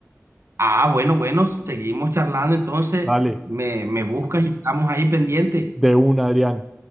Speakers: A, on the right; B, in the centre.
A: Ah, bueno, bueno, seguimos charlando entonces,
B: Dale,
A: me, me buscas y estamos ahí pendientes.
B: de una, Adrián.